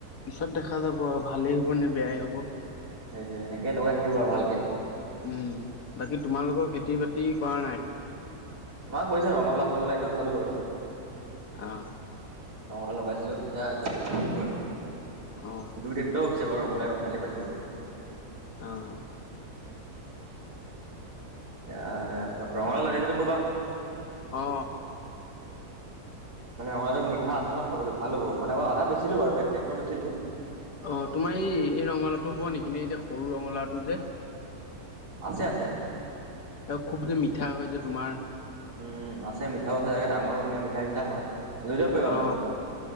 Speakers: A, on the left; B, on the right.
A: পিছত দেখা যাব আৰু ভালেই হ'ব নে বেয়াই হ'ব।
B: সেইটোয়ে এনেকেই লগাই থাকিব আৰু ভালকে।
A: উঁম! বাকী তোমালোকৰ খেতি-বাতি কৰা নাই?
B: আমাৰ কৰিছে ৰঙালাও চঙলাও এতিয়া উঠালো বাৰু।
A: আহ।
B: ৰঙালাও লগাইছিলো সেয়া এতিয়া উঠি গ'ল বাৰু
A: অ
B: দুই টেক্টৰ উঠিল এইবাৰ ৰঙলাও ভালেই পাইছো বাৰু।
A: অঁ
B: এতিয়া ৰঙালাও লাগে যদি ক'বা।
A: অ
B: মানে ৰঙালাও মিঠা আছে ন খাবলৈ ভাল হ'ব মানে আধা বেছিলো বাৰু একটেক্টৰ বেছিলো।
A: অঁ তোমাৰ এই এই ৰঙালাওটো হ'ব নেকি নে এই যে সৰু ৰঙালাওটো যে।
B: আছে আছে।
A: খুব যে মিঠা হয় যে তোমাৰ।
B: উম আছে মিঠা বছে চে ডাঙৰো এনেকে মিঠা চিঠা হয়। লৈ যাব পাৰিবা
A: অ
B: মোৰ পৰা